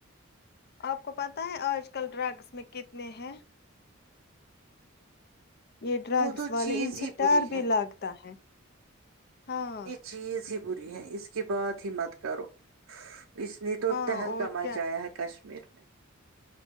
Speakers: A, on the left (about 50°); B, on the right (about 75°).
A: آپ کو پتا ہے آج کل ڈرگس میں کتنے ہیں یہ ڈرگس
B: وہ تو
A: والے
B: چیز
A: ان سے
B: ہی
A: ڈر
B: بری
A: بھی
B: ہے
A: لاگتا ہے ہاں
B: یہ چیز ہی بری ہے اس کی بات ہی مت کرو اس نے تو
A: ہاں
B: تہل
A: اور
B: کا مچایا
A: کیا
B: ہے کش میر میں